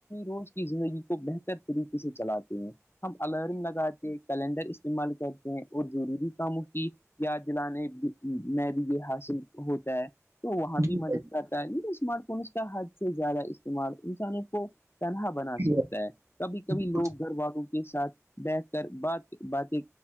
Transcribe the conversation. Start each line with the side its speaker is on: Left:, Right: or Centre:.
Left: روز کی زندگی کو بہتر طریقے سے چلاتے ہیں ہم الرن لگاتے کیلنڈر استعمال کرتے ہیں اور ضروری کاموں کی یاد دلانے میں بھی یہ حاصل ہوتا ہے تو وہاں
Right: جی
Left: بھی مدد
Right: بھائی جان
Left: کر اسمارٹ فونس کا حد سے زیادہ استعمال انسانوں کو تنہا بنا
Right: جی
Left: سکتا
Right: بھائی
Left: ہے کبھی کبھی
Right: جان
Left: لوگ گھر والوں کے ساتھ بیٹھ کر بات باتیں